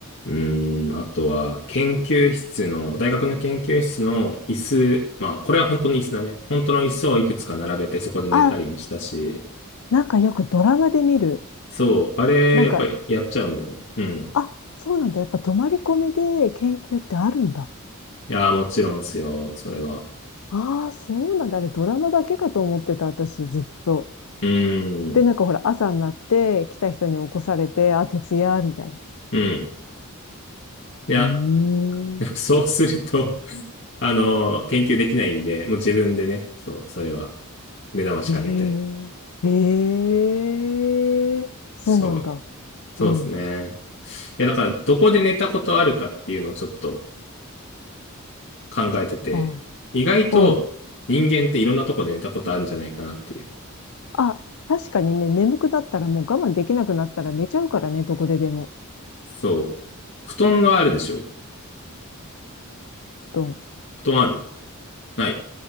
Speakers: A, on the left; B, on the left.
A: うーん、あとは研究室の、大学の研究室の椅子、まあこれは本当の椅子だね。本当の椅子をいくつか並べてそこで寝たりもしたし、
B: あ、なんかよくドラマで見る。
A: そう、あれやっぱやっちゃうんだよね。
B: なんか、
A: うん。
B: あ、そうなんだ。やっぱ泊まり込みで研究ってあるんだ。
A: いやーもちろんですよ、それは。
B: ああ、そうなんだ。あれドラマだけかと思ってた、私ずっと。
A: うーん。
B: で、なんかほら、朝になって来た人に起こされて、あ、徹夜、みたいな。
A: うん。いや、
B: ええ、
A: <laughs> そうすると、<laughs> あの、研究できないんで、もう自分でね、そう、それは、目覚ましかけて。
B: ええ、ええ、そうなんだ。
A: そう、そうですね。
B: うん。
A: いや、だから、どこで寝たことあるかっていうのをちょっと考えてて、
B: あ
A: 意外と人間っていろんなとこで寝たことあるんじゃないかなっていう。
B: うん。あ、確かにね、眠くなったらもう我慢できなくなったら寝ちゃうからね、どこででも。
A: そう。布団はあるでしょ
B: 布団。
A: 布団あるない。